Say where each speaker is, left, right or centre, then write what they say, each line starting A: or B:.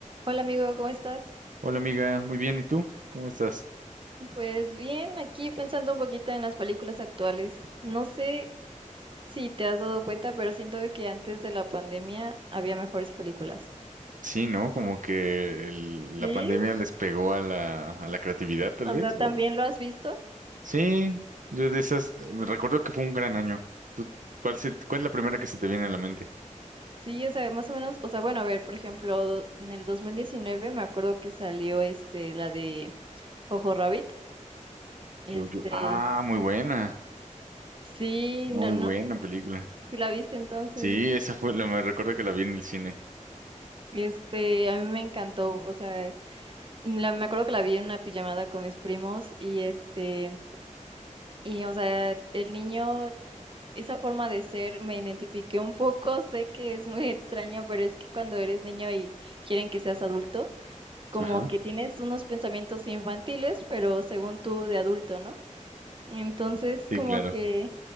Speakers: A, on the right (about 40°); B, on the right (about 80°).
A: Hola amigo, ¿cómo estás?
B: Hola amiga, muy bien, ¿y tú? ¿Cómo estás?
A: Pues bien, aquí pensando un poquito en las películas actuales. No sé si te has dado cuenta, pero siento de que antes de la pandemia había mejores películas.
B: Sí, ¿no? Como que el-
A: ¿Sí?
B: la pandemia les pegó a la, a la creatividad, tal
A: O
B: vez,
A: sea, ¿también
B: o...
A: lo has visto?
B: Sí, yo de esas, recuerdo que fue un gran año. ¿Tú- cuál, se- cuál es la primera que se te viene a la mente?
A: Sí, o sea, más o menos, o sea, bueno, a ver, por ejemplo, do- en el 2019 me acuerdo que salió este la de Jojo Rabbit. Este,
B: Yo, yo, ah, muy buena,
A: sí,
B: muy
A: no no,
B: buena película.
A: si la viste entonces.
B: Sí, esa fue, la, me recuerdo que la vi en el cine.
A: Este, a mí me encantó, o sea, La- me acuerdo que la vi en una pijamada con mis primos y este, y o sea, el niño, esa forma de ser me identifiqué un poco, <laughs> sé que es muy extraño, pero es que cuando eres niño y quieren que seas adulto, como
B: Ajá,
A: que tienes unos pensamientos infantiles, pero según tú de adulto, ¿no? Entonces,
B: sí,
A: como
B: claro,
A: que,